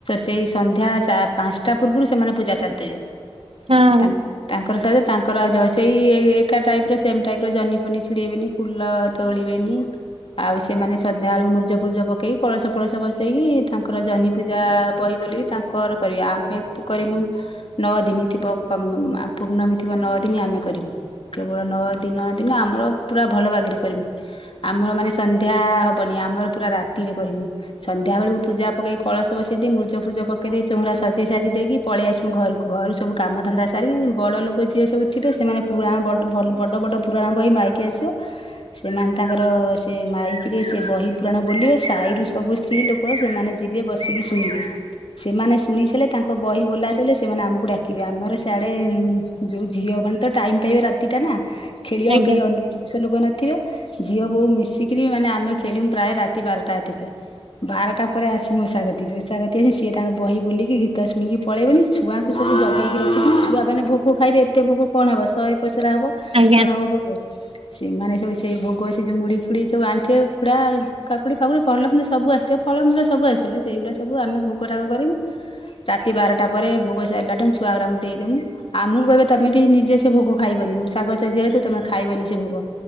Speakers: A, on the left; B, on the right.
A: ସେଇ ସନ୍ଧ୍ୟା ପାଞ୍ଚଟା ପୂର୍ବରୁ ସେମାନେ ପୂଜା ସାରିଦବେ <inaudible>
B: ହଁ
A: ତାଙ୍କର ସାହି ତାଙ୍କର ଆଉ ସେଇଇ ଏକାଟାଇପର ସେମଟାଇପର ଜହ୍ନିଫନି ଛିଡ଼େଇବେନି ଫୁଲ ତୋଳିବେନି <inaudible> ଆଉ ସେମାନେ ସନ୍ଧ୍ୟା ଆଳୁ ମୁର୍ଜଫୁର୍ଜ ପକେଇି କଳସଫଳସ ବସେଇକି ତାଙ୍କର ଜହ୍ନି ପୂଜା ବହି ବୋଲି ତାଙ୍କର କରିବେ, ଆମେ ତ୍ କରମୁ ନ ଦିନିଥିବ ପ୍ ମ୍ ପୂର୍ଣ୍ଣମୀ ଥିବ ନଅ ଦିନି ଆମେ କରିବୁ କେବଳ ନଅ ଦିନଦିନ ଆମର ପୁରା ଭଲବାଗରେ କରିବୁ, ଆମର ମାନେ ସନ୍ଧ୍ୟା ହବନି ଆମର ପୁରା ରାତିରେ କରିମୁଁ, ସନ୍ଧ୍ୟାବେଳକୁ ପୂଜା ପକେଇ କଳସ ବସେଇଦେଇ ମୁଜଫୁଜ ପକେଇଦେଇ ଚନ୍ଦ୍ର ସଜେଇସାଜେଇଦେଇକି ପଳେଇ ଆସିବୁ ଘରକୁ, ଘରୁ ସବୁ କାମ ଧନ୍ଦା ସାରିକି ବଡ଼ ଲୋକ ଯିଏ ସବୁ ଥିବେ ସେମାନେ ପୁରାଣ ବଡ଼ଭଲ ବଡ଼ବଡ଼ ପୁରାଣ ବହି ମାଇକି ଆସିବ ସେମାନେ ତାଙ୍କର ସେ ମାଇକରେ ସେ ବହିପୁରାଣ ବୋଲିବେ ସାହିରୁ ସବୁ ସ୍ତ୍ରୀ ଲୋକ ସେମାନେ ଯିବେ ବସିକି ଶୁଣିବେ ସେମାନେ ଶୁଣିଥିଲେ ତାଙ୍କବହି ବୋଲାଥିଲେ ସେମାନେ ଆମକୁ ଡାକିବେ, ଆମର ସିଆଡ଼େ ଯେଉଁ ଝିଅ ମାନେତ ଟାଇମ୍ ପାଇବେ ରାତିଟା ନା ଖେଳିବାକୁ
B: ଆଜ୍ଞା
A: କେହି ଲୋକ ଥିବେ, ଝିଅବୋଉ ମିଶିକିରି ମାନେ ଆମେ ଖେଳୁ ପ୍ରାୟ ରାତିବାରଟାତିକେ ବାରଟା ପରେ ଆସି ମଷାକତି ମୂଷାକତି ଆସି ସିଏ ତାଙ୍କର ବହିବୋଲିକି ଗୀତଶୁଣିକି ପଳେଇବେନି ଛୁଆଙ୍କୁ ସବୁ ଜଗେଇକି ରଖିଥିବି ଛୁଆମାନେ ଭୋଗ ଖାଇବେ ଏତେଭୋଗ କଣ ହବ ଶହେ ଉପସରାହବ,
B: ଆଜ୍ଞା
A: କଣହବ ଭୋଗ
B: <unintelligible>
A: ସେମାନେସବୁ ସେଇଭୋଗ ସେଯଉ ମୁଢିଫୁଡି ସବୁ ଆଣିଥିବେ ଉଖୁଡ଼ା କାକୁଡି ଫାକୁଡି ଭଲମନ୍ଦ ସବୁ ଆସିଥିବ ଫଳମୂଳ ସବୁ ଆସିବ ସେଇଗୁଡ଼ା ସବୁ ଆମେ ଭୋକାଗ କରିବୁ ରାତି ବାରଟା ପରେ ଭୋଗ ସାରିଲା ଟ ଛୁଆଗୁଡାକୁ ଦେଇଦବୁ ଆଉକୁ କହେ ତମେ ବି ନିଜେ ସେ ଭୋଗ ଖାଇବନି ଉଷାାଗ ଯେହେତୁ ତମେ ଖାଇବନି ସେ ଭୋଗ